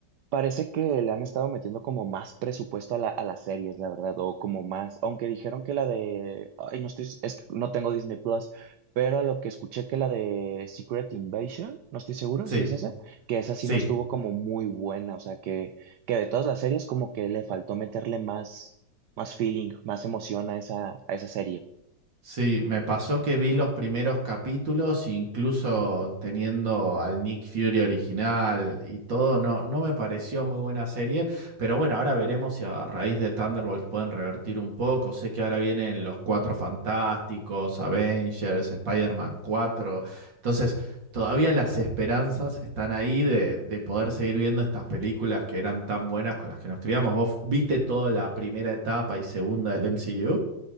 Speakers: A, on the right (about 70°); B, on the right (about 80°).
A: Parece que le han estado metiendo como más presupuesto a la, a las series, la verdad, o como más, aunque dijeron que la de, ay, no estoy, es que no tengo Disney Plus, pero a lo que escuché que la de Secret Invasion, no estoy seguro
B: Sí,
A: si es esa, que esa sí
B: sí.
A: no estuvo como muy buena, o sea, que, que de todas las series como que le faltó meterle más, más feeling, más emoción a esa, a esa serie.
B: Sí, me pasó que vi los primeros capítulos, incluso teniendo al Nick Fury original y todo, no, no me pareció muy buena serie, pero bueno, ahora veremos si a raíz de Thunderbolt pueden revertir un poco. Sé que ahora vienen los Cuatro Fantásticos, Avengers, Spider-Man 4, entonces todavía las esperanzas están ahí de, de poder seguir viendo estas películas que eran tan buenas con las que nos criamos. ¿Vos viste toda la primera etapa y segunda del MCU?